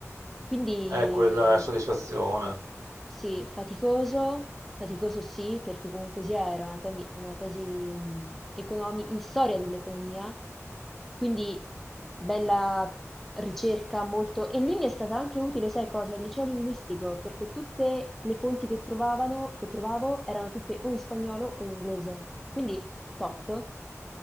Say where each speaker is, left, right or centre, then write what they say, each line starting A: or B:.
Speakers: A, in the centre; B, on the right.
A: Quindi
B: è quella soddisfazione.
A: Sì, faticoso, faticoso sì, perché comunque sia era una, temi- una tesi mh, economi- in storia dell'economia, quindi bella ricerca molto... E lì mi è stata anche utile, sai cosa? Il liceo linguistico, perché tutte le fonti che trovavano, che trovavo erano tutte o in spagnolo o in inglese, quindi top.